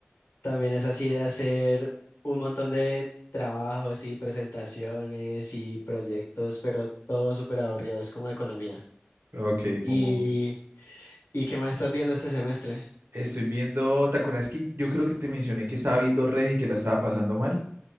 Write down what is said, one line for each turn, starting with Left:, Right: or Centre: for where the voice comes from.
Left: También es así de hacer un montón de trabajos y presentaciones y proyectos, pero todo súper aburrido, es como economía.
Right: ok,
Left: Y
Right: como...
Left: ¿Y qué más estás viendo este semestre?
Right: Estoy viendo, ¿te acuerdas que yo creo que te mencioné que estaba viendo redes y que la estaba pasando mal?